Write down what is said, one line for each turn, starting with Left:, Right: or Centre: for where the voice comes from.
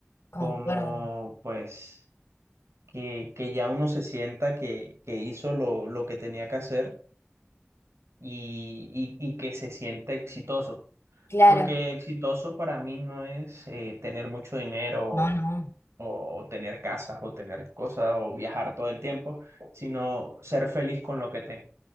Right: como
Left: concuerdo.
Right: pues que, que ya uno se sienta que, que hizo lo, lo que tenía que hacer y, y- y que se sienta exitoso.
Left: Claro,
Right: Porque exitoso para mí no es eh, tener mucho dinero
Left: no, no.
Right: o tener casas o tener cosas o viajar todo el tiempo, sino ser feliz con lo que tengo.